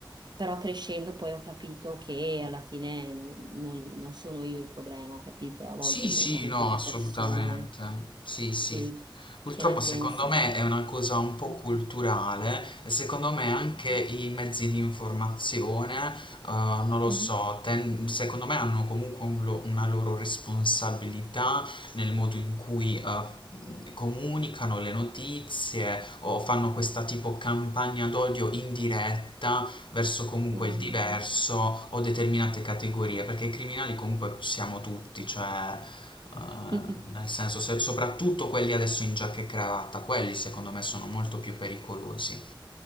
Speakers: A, on the right; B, on the left.
A: Però crescendo poi ho capito che alla fine non, non sono io il problema, capito? A volte
B: Sì,
A: sono
B: sì,
A: proprio
B: no,
A: queste
B: assolutamente.
A: persone.
B: Sì, sì.
A: Sì,
B: Purtroppo
A: che ne
B: secondo
A: pensi?
B: me è una cosa un po'
A: Mm.
B: culturale e secondo me anche i mezzi di informazione, eh, non lo
A: Mhm.
B: so, ten- secondo me hanno comunque un lo- una loro responsabilità nel modo in cui eh, comunicano le notizie o fanno questa tipo campagna d'odio indiretta verso comunque
A: Mhm.
B: il diverso
A: Mm.
B: o determinate categorie, perché i criminali comunque siamo tutti, cioè eh,
A: <laughs>
B: nel senso se- soprattutto quelli adesso in giacca e cravatta, quelli secondo me sono molto più pericolosi,